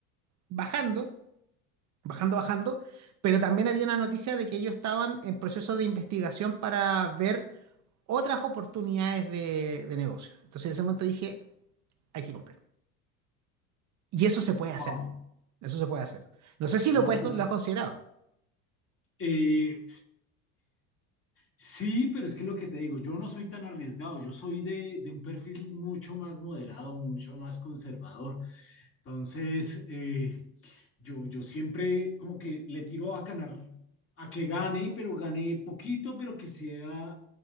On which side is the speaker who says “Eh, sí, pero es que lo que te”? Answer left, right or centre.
Left